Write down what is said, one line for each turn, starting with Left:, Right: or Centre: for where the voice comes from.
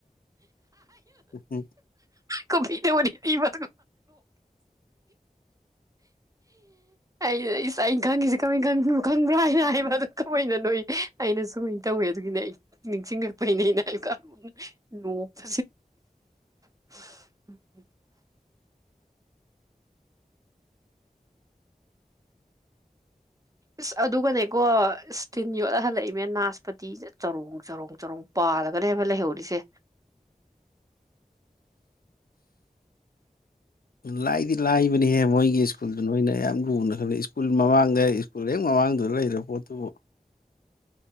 Left: <unintelligible>
Right: ꯀꯃ ꯇꯧꯕꯅꯤꯕ ꯑ ꯑꯩꯅ ꯈꯪꯉꯁꯤꯦ ꯀꯃ ꯈꯅꯣ ꯈꯪꯕ꯭ꯔꯥ ꯍꯥꯏꯅ ꯍꯥꯏꯕ ꯑꯗꯨ ꯀꯃꯥꯏꯅ ꯅꯣꯏ ꯑꯩꯅ ꯁꯨꯃꯥꯏꯅ ꯇꯧꯋꯦ ꯑꯗꯨꯒꯤꯅꯦ ꯑꯩ ꯅꯤꯡꯁꯤꯡꯉꯛꯄꯒꯤꯅꯦ ꯑꯩꯅ ꯍꯥꯏ ꯅꯣꯛꯄ <unintelligible> ꯏꯁ ꯑꯗꯨꯒꯅꯦꯀꯣ ꯏꯁ ꯇꯤꯟ ꯌꯣꯠꯂ ꯍꯜꯂꯛꯏꯃꯦ ꯅꯥꯁꯄꯇꯤꯁꯦ ꯆꯔꯣꯡ ꯆꯔꯣꯡ ꯆꯔꯣꯡ ꯄꯥꯜꯔꯒꯅꯦꯕ ꯂꯩꯍꯧꯔꯤꯁꯦ
Left: ꯂꯥꯏꯗꯤ ꯂꯥꯏꯕꯅꯤꯍꯦ ꯃꯣꯏꯒꯤ ꯁ꯭ꯀꯨꯜꯗꯨ ꯅꯣꯏꯅ ꯌꯥꯝ ꯂꯨꯅ ꯈꯜꯂꯤ ꯁ꯭ꯀꯨꯜ ꯃꯃꯥꯡꯗ ꯁ꯭ꯀꯨꯜ ꯍꯦꯛ ꯃꯃꯥꯡꯗꯨꯗ ꯂꯩꯔꯦ ꯄꯣꯠꯇꯨꯕꯨ